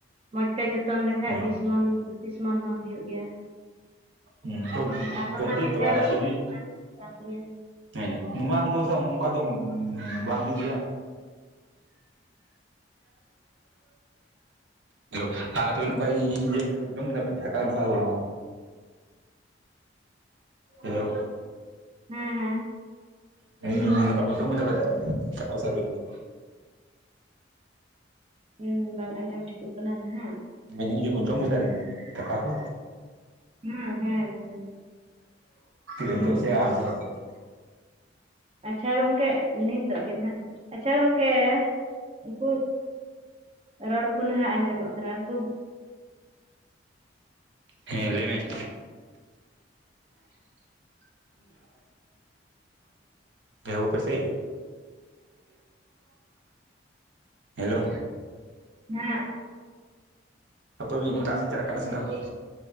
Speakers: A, on the right; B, on the right.
A: ᱢᱚᱸᱡᱽ ᱛᱮ ᱡᱚᱛᱚᱱ ᱞᱮᱠᱷᱟᱡ
B: ᱦᱮᱸ
A: ᱵᱤᱥ ᱢᱚᱱ ᱯᱚᱸᱪᱤᱥ ᱢᱚᱱ ᱦᱚᱸ ᱦᱩᱭᱩᱜ ᱜᱮᱭᱟ᱾
B: ᱦᱩᱸ ᱛᱚ
A: ᱟᱨᱦᱚᱸ
B: ᱜᱟᱸᱱᱰᱮ
A: ᱚᱱᱟ ᱦᱮᱸᱫᱮ
B: ᱛᱚᱣᱟ ᱫᱟᱨᱮ ᱜᱮ,
A: <inaudible>
B: ᱦᱮᱸ ᱱᱚᱣᱟ ᱠᱚᱫᱚ ᱥᱮ ᱚᱱᱠᱟ ᱫᱚ ᱵᱟᱝ ᱦᱩᱭᱩᱜ ᱜᱤᱭᱟ᱾ <inaudible> ᱦᱮᱞᱳ ᱟᱨ ᱛᱚᱵᱮ ᱚᱠᱚᱭ ᱤᱭᱟᱹ <unintelligible> ᱡᱚᱢ ᱠᱮᱫᱟ ᱯᱮ ᱫᱟᱠᱟ <unintelligible> ᱦᱮᱞᱳ,
A: ᱦᱮᱸ ᱦᱮᱸ
B: <unintelligible> ᱡᱚᱢ ᱠᱮᱫᱟ ᱯᱮ ᱫᱟᱠᱟ ᱥᱮ ᱟᱣᱨᱤᱯᱮ ᱡᱚᱢᱟ᱾
A: ᱦᱩᱸ ᱵᱟᱝ ᱟᱸᱡᱚᱢ ᱴᱷᱤᱠᱚᱜ ᱠᱟᱱᱟ ᱱᱟᱦᱟᱜ?
B: ᱢᱮᱱᱮ ᱟᱧ <unintelligible> ᱡᱚᱢ ᱠᱮᱫᱟᱯᱮ ᱫᱟᱠᱟ ᱠᱚ?
A: ᱦᱩᱸ ᱦᱮᱸ ᱦᱮᱸ᱾
B: ᱱᱤᱛᱚᱜ
A: ᱦᱩᱸ,
B: ᱥᱮ ᱟᱨ ᱦᱚᱸ <unintelligible>
A: ᱟᱪᱪᱷᱟ ᱜᱚᱝᱠᱮ ᱱᱤᱛᱚᱜ ᱜᱮ ᱦᱟᱜ ᱟᱪᱪᱷᱟ ᱜᱚᱝᱠᱮ ᱩᱱᱠᱩ, ᱨᱚᱲ ᱠᱚ ᱱᱟᱦᱟᱜ ᱟᱸᱡᱚᱢᱚᱜ ᱠᱟᱱᱟ ᱩᱱᱠᱩ,
B: ᱦᱮᱸ ᱞᱟᱹᱭ ᱢᱮ <inaudible> ᱮ ᱦᱚᱸ ᱟᱮᱥᱮᱜ ᱦᱮᱞᱳ,
A: ᱦᱮᱸ
B: ᱦᱟᱯᱟᱹᱭ ᱤᱧ ᱮᱴᱟᱜ ᱥᱮᱜ ᱤᱧ ᱪᱟᱞᱟᱜ